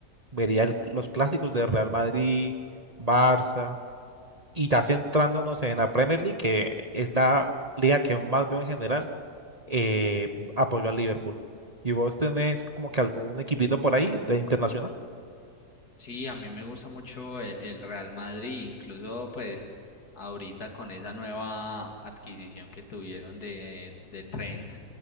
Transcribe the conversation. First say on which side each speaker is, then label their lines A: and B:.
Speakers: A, on the right; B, on the left.
A: vería el- los clásicos de Real Madrid, Barça. Y ya centrándonos en la Premier League, que es la liga que más veo en general, eh, apoyo al Liverpool. ¿Y vos tenés como que algún equipito por ahí de internacional?
B: Sí, a mí me gusta mucho e- el Real Madrid, incluso pues ahorita con esa nueva adquisición que tuvieron de, de Trent